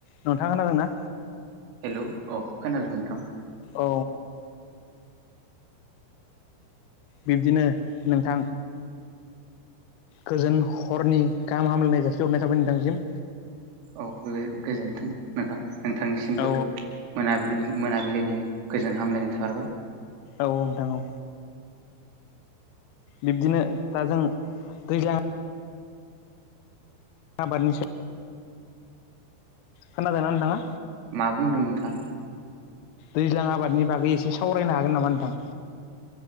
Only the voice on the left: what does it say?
नोंथां खोनादोंना?
औ बिब्दिनो नोंथां गोजोन हरनि गाहाम हामलायनाय जासे हरनाय जाबाय नोंथांसिम।
औ
औ नोंथां औ। बिब्दिनो दा जों दैज्लां आबादनि स खोनादोंना नोंथाङा
दैज्लां आबादनि बागै एसे सावरायनो हागोन नामा नोंथां